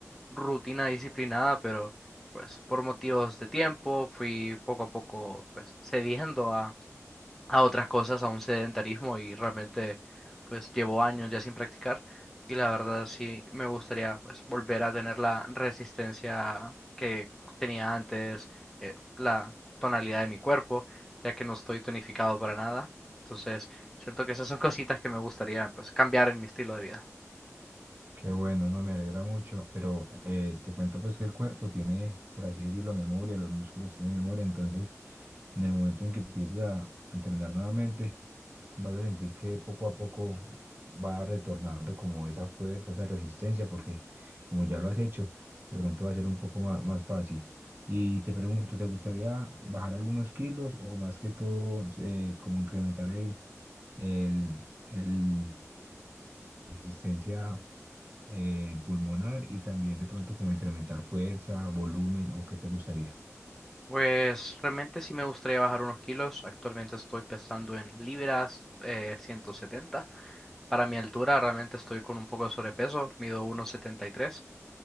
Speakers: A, in the centre; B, on the right.
A: rutina disciplinada, pero pues por motivos de tiempo fui poco a poco pues cediendo a otras cosas, a un sedentarismo y realmente pues llevo años ya sin practicar y la verdad sí me gustaría pues volver a tener la resistencia que tenía antes, eh, la tonalidad de mi cuerpo, ya que no estoy tonificado para nada. Entonces, siento que esas son cositas que me gustaría pues cambiar en mi estilo de vida.
B: Qué bueno, no me alegra mucho, pero eh, te cuento pues que el cuerpo tiene, por así decirlo, memoria, los músculos tienen memoria, entonces en el momento en que empieces a a entrenar nuevamente, vas a sentir que poco a poco va retornando como esa fuerza, esa resistencia, porque como ya lo has hecho, de pronto va a ser un poco ma- más, fácil. Y te pregunto, ¿te gustaría bajar algunos kilos o más que todo eh, como incrementar el, el, el la resistencia? eh, pulmonar y también de pronto como incrementar fuerza, volumen o qué te gustaría.
A: Pues realmente sí me gustaría bajar unos kilos. Actualmente estoy pesando en libras, eh, 170. Para mi altura realmente estoy con un poco de sobrepeso, mido 1,73